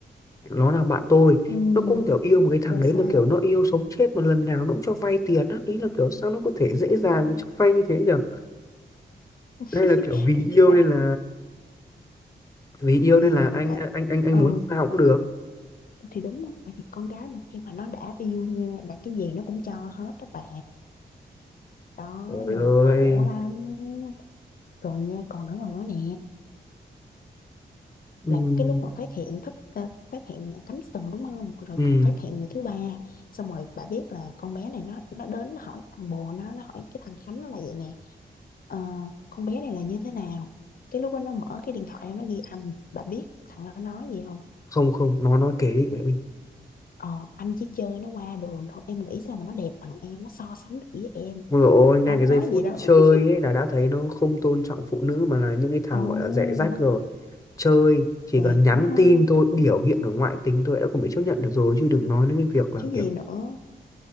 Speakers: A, on the left; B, on the left.
A: nó là bạn tôi
B: ừ,
A: nó cũng kiểu yêu một cái thằng
B: rồi
A: đấy mà
B: sao
A: kiểu nó yêu sống chết mà lần nào nó cũng cho vay tiền á ý là kiểu sao nó có thể dễ dàng cho vay như thế nhở
B: <laughs>
A: hay là kiểu vì
B: thì
A: yêu
B: đã
A: nên là vì yêu nên
B: thì
A: là anh
B: đã
A: anh anh anh
B: ừ
A: muốn sao cũng được
B: thì đúng rồi thì con gái một khi mà nó đã yêu nha là cái gì nó cũng cho hết đó bà đó
A: trời
B: nên
A: ơi
B: mà khổ lắm rồi nha còn nữa còn nữa nè
A: ừ,
B: là cái lúc mà phát hiện thất ờ, phát hiện cắm sừng đúng không rồi
A: ừ.
B: còn phát hiện người thứ ba xong rồi bà biết là con bé này nó nó đến nó hỏi thằng bồ nó nó hỏi cái thằng Khánh nó là vậy nè Ờ, con bé này là như thế nào cái lúc đó nó mở cái điện thoại ra, nó ghi âm bà biết thằng nó nói gì không
A: không không nó nói kể đi kể đi
B: ờ, anh chỉ chơi nó qua đường thôi em nghĩ sao mà nó đẹp bằng em nó so sánh được với em
A: Ôi dồi ôi, ngay
B: đó
A: cái
B: nó
A: giây
B: nói
A: phút
B: vậy đó
A: chơi
B: <laughs>
A: ấy là đã thấy nó không tôn trọng phụ nữ mà là những cái thằng
B: ồ
A: gọi là rẻ rách rồi chơi chỉ
B: kỳ
A: cần nhắn
B: quá ha
A: tin thôi biểu hiện ở ngoại tính thôi đã không bị chấp nhận được rồi chứ đừng nói đến cái việc
B: chứ
A: là kiểu
B: gì nữa